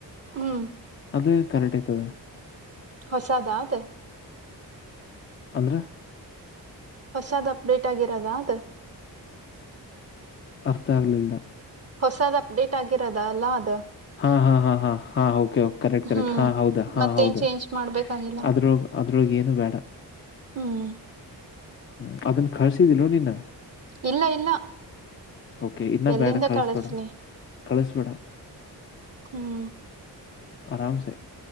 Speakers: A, on the right; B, on the left.
A: ಹ್ಮ್
B: ಅದು ಕರೆಕ್ಟ್ ಆಯ್ತದ
A: ಹೊಸದಾತ
B: ಅಂದ್ರೆ
A: ಹೊಸಾದ ಅಪ್ಡೇಟ್ ಆಗಿರದಾ ಅದ
B: ಅರ್ಥ ಆಗ್ಲಿಲ್ಲ
A: ಹೊಸದ್ ಅಪ್ಡೇಟ್ ಆಗಿರದ ಅಲ್ಲ ಅ
B: ಹಾ ಹಾ ಹಾ ಹಾ ಹಾೆ ಕರೆಕ್ಟ್ ಕರೆಕ್ಟ್
A: ಹ್ಮ್
B: ಹಾ ಹೌದಾ ಹಾ
A: ಮತ್ತೇನ್
B: ಹೌದಾ
A: ಚೇಂಜ್ ಮಾಡ್ಬೇಕಾಗಿಲ್ಲ
B: ಅದ್ರೊ ಅದ್ರಗೆ ಏನು ಬೇಡ
A: ಹ್ಮ್
B: ಹ್ಮ ಅದನ್ನ ಕರ್ಸಿದಿಲ್ ನೀನ್ನ
A: ಇಲ್ಲ ಇಲ್ಲ
B: ಕೆ ಇನ್ನ
A: ಎಲ್ಲಿಂದ
B: ಬೇಡ ಕಳಸ್ಬೇಡ
A: ಕಳಸ್ಲಿ
B: ಕಳಸ್ಬೇಡ
A: ಹ್ಮ್
B: ಆರಾಮ ಸ